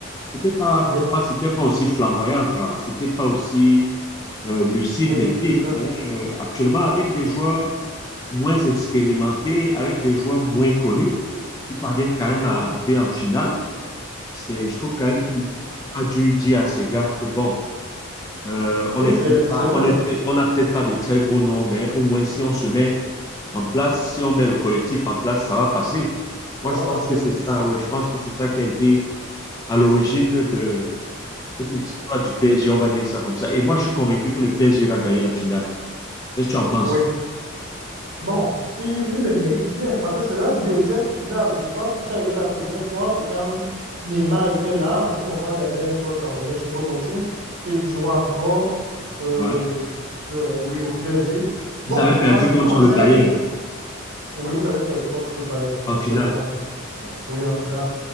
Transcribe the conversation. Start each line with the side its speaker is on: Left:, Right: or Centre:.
Left: c'était pas,
Right: oui,
Left: pour moi, c'était pas aussi flamboyant encore. C'était pas aussi euh, lucide,
Right: oui,
Left: limpide.
Right: oui, c'est ça.
Left: Mais euh, actuellement, avec des joueurs moins expérimentés, avec des joueurs moins connus, ils parviennent quand même
Right: Oui,
Left: à arriver en finale. C'est, je trouve quand même que le coach a dû dire à ses gars que bon, euh, on
Right: oui,
Left: est
Right: c'est,
Left: peut-être pas,
Right: c'est vrai.
Left: on est peut-être, on n'a peut-être pas de très gros noms, mais au moins si on se met en place, si on met le collectif en place, ça va passer.
Right: Ça
Left: Moi,
Right: va
Left: je pense
Right: passer,
Left: que
Right: oui,
Left: c'est
Right: c'est
Left: ça,
Right: ça.
Left: ouais, je pense que c'est ça qui a été à l'origine de cet exploit du PSG, on va dire ça comme ça. Et moi, je suis convaincu que le PSG va gagner la finale. Qu'est-ce que tu en penses?
Right: Oui. Bon, il, il le mérite bien parce que c'est la deuxième finale. Je pense que c'est arrivé la première fois, c'est quand Neymar était là. En ce moment, il y avait un joueur camerounais, Choupo-Moting. Il jouait encore euh,
Left: Ouais.
Right: de- oui, au PSG. Bon,
Left: Ils avaient perdu
Right: en ce
Left: contre
Right: qui concerne,
Left: le Bayern
Right: oui, ils avaient perdu contre le Bayern
Left: en
Right: en
Left: finale.
Right: ce moment-là.
Left: Ouais,
Right: Oui, en finale.